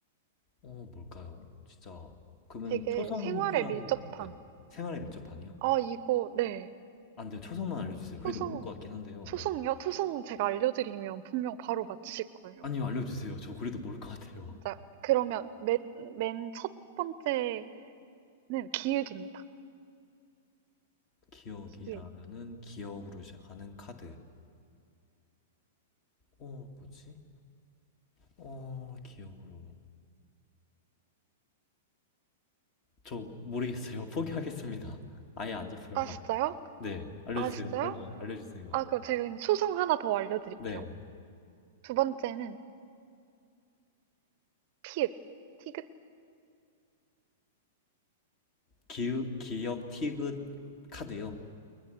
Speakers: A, on the left; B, on the right.
A: 어, 뭘까요? 진짜. 그러면
B: 되게
A: 초성
B: 생활에
A: 힌트라도,
B: 밀접한.
A: 네. 생활에 밀접하니요?
B: 아, 이거, 네.
A: 안 돼요. 초성만 알려주세요. 그래도
B: 초성,
A: 모를 것 같긴 한데요.
B: 초성이요?
A: 네.
B: 초성 제가 알려드리면 분명 바로 맞추실 거예요.
A: 아니요, 알려주세요. 저 그래도 모를 것 같아요.
B: 진짜. 그러면 맨, 맨 첫 번째는 기읍입니다.
A: 기억이라면은
B: 기읍.
A: 기억으로 시작하는 카드. 어, 뭐지? 어, 기억으로. 저 모르겠어요. <laughs> 포기하겠습니다. 아예 안 잡혀요,
B: 아,
A: 감.
B: 진짜요?
A: 네, 알려주세요.
B: 아, 진짜요?
A: 빨리 알려주세요.
B: 아, 그럼 제가 그냥 초성 하나 더 알려드릴게요.
A: 네,
B: 두 번째는 피읍. 티귿.
A: 기우, 기역 티귿 카드요.